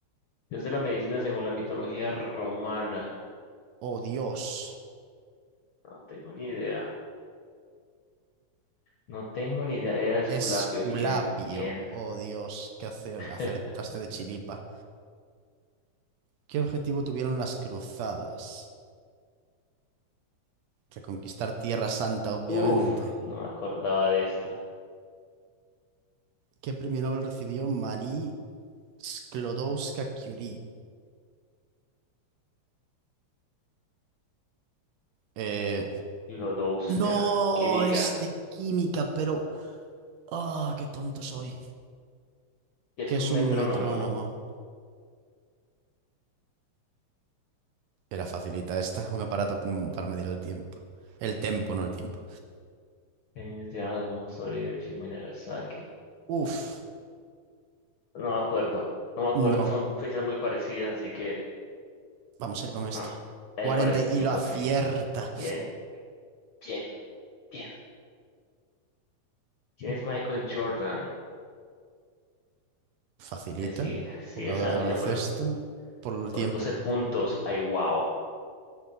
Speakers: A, on the left; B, on the right.
A: Dios de la medicina según la mitología romana.
B: Oh, Dios.
A: No tengo ni idea. No tengo ni idea. Era Esculapio.
B: Esculapio.
A: Bien, bien.
B: Oh Dios, que acer-
A: <laughs>
B: acertaste de chiripa. ¿Qué objetivo tuvieron las cruzadas? Reconquistar Tierra Santa, obviamente.
A: Uf, no me acordaba de esta.
B: ¿Qué premio Nobel recibió Marie Sklodowska-Curie? Eh,
A: Lodowska.
B: no,
A: Química.
B: es de química, pero... ¡Ah, qué tonto soy!
A: que es
B: ¿Qué es
A: un
B: un
A: metrónomo.
B: metrónomo? Era facilita esta, un aparato mm, para medir el tiempo. El tempo, no el tiempo.
A: Ellos tiraron las bombas sobre Hiroshima y Nagasaki.
B: Uf,
A: No me acuerdo. No me acuerdo,
B: no,
A: son fechas muy parecidas, así que...
B: vamos a ir con esta.
A: ah,
B: 40
A: el 45,
B: y lo acierta.
A: sí. Bien, bien, bien. ¿Quién es Michael Jordan?
B: Facilita,
A: Eh, sigue, sigue
B: jugador
A: esa
B: de
A: arriba
B: baloncesto,
A: por,
B: por el
A: por
B: tiempo.
A: 12 puntos. Ay, wow.